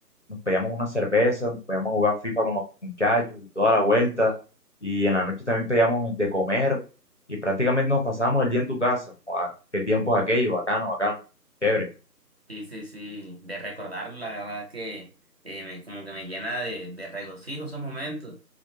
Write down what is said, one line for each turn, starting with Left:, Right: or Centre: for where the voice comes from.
Left: nos pedíamos una cerveza, nos podíamos jugar FIFA con los muchachos y toda la vuelta, y en la noche también pedíamos de comer y prácticamente nos pasábamos el día en tu casa. Joda, qué tiempos aquellos, bacano, bacano, chévere.
Right: Sí, sí, sí, de recordar, la verdad que eh, me- como que me llena de, de regocijo esos momentos.